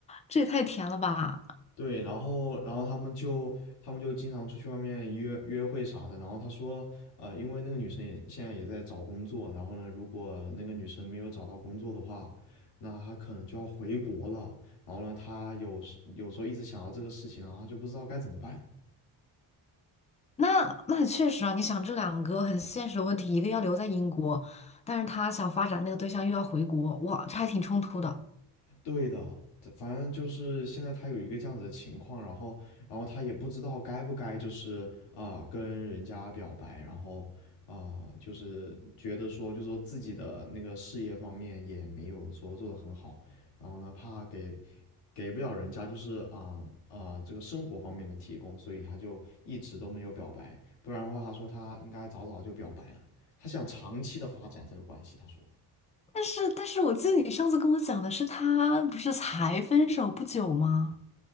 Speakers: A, on the left; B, on the left.
A: 这也太甜了吧！
B: 对，然后然后他们就他们就经常出去外面约约会啥的。然后他说，呃，因为那个女生也现在也在找工作，然后呢，如果那个女生没有找到工作的话，那她可能就要回国了。然后呢，他有时有时候一直想到这个事情，然后她就不知道该怎么办。
A: 那那确实啊，你想这两个很现实的问题，一个要留在英国，但是他想发展那个对象又要回国，哇，这还挺冲突的。
B: 对的，这反正就是现在他有一个这样子的情况，然后，然后他也不知道该不该就是啊、呃跟人家表白，然后啊、呃就是觉得说，就是说自己的那个事业方面也没有说做得很好，然后呢怕给给不了人家就是啊啊、这个生活方面的提供，所以他就一直都没有表白，不然的话他说他应该早早就表白了，他想长期的发展这个关系，他说。
A: 但是但是我记得你上次跟我讲的是他不是才分手不久吗？